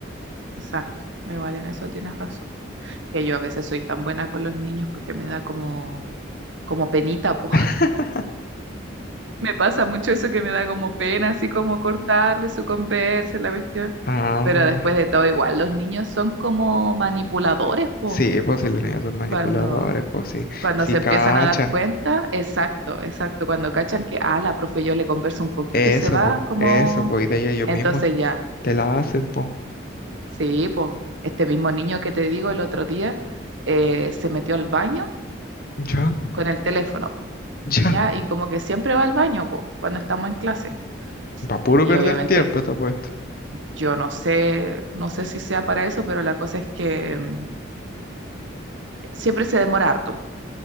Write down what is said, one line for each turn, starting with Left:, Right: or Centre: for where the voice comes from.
Right: exacto. Igual en eso tienes razón. Que yo a veces soy tan buena con los niños porque me da como, como penita, pues.
Left: <laughs>
Right: Me pasa mucho eso que me da como pena, así como cortarle su conversa, la cuestión.
Left: Ah,
Right: Pero después de todo, igual, los niños son como manipuladores, po.
Left: sí, pues si los niños son manipuladores,
Right: Cuando,
Left: pues sí,
Right: cuando
Left: si
Right: se
Left: cachan,
Right: empiezan a dar cuenta, exacto, exacto. Cuando cachan que, ah, la profe yo le converso un poquito
Left: eso,
Right: y se va,
Left: pues,
Right: como.
Left: eso, pues, y de ahí ellos
Right: Entonces
Left: mismos
Right: ya,
Left: te la hacen, pues,
Right: sí, po. Este mismo niño que te digo el otro día eh, se metió al baño
Left: ya, <laughs>
Right: con el teléfono, po.
Left: ya,
Right: Ya, y como que siempre va al baño, po, cuando estamos en clase.
Left: va puro
Right: Y
Left: perder
Right: obviamente
Left: tiempo, te apuesto,
Right: Yo no sé, no sé si sea para eso, pero la cosa es que mm, siempre se demora harto. po.